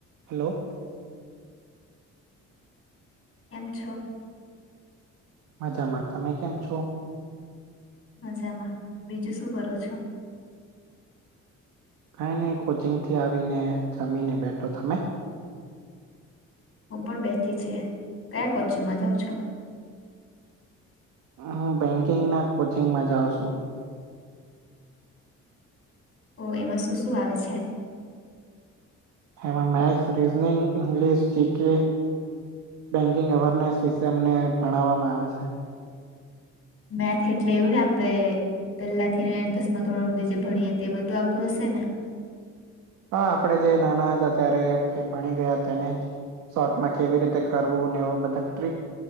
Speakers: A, on the right; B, on the left.
A: Hello.
B: કેમ છો?
A: મજામાં. તમે કેમ છો?
B: મજામાં. બીજું શું કરો છો?
A: કાંઈ નઈ કોચિંગથી આવીને જમીને બેઠો. તમે?
B: હું પણ બેઠી છે. કયા કોચિંગમાં જાઉં છો?
A: હું બેંકિંગના કોચિંગમાં જાઉં છું.
B: ઓ એમાં શું શું આવે છે?
A: હેમાં maths reasoning English G K, banking awareness વિશે અમને ભણાવવામાં આવે છે.
B: મેથ એટલે એવું ને આપડે- પહેલા થી ને દસમા ધોરણધી જે ભણીએે તે બધું આવતું હશે ને?
A: હા આપણેે જે નાના હતા ત્યારે જે ભણી ગયા તેને જ- શોર્ટમાં કેવી રીતે કરવું ને એવું બધા ટ્રિક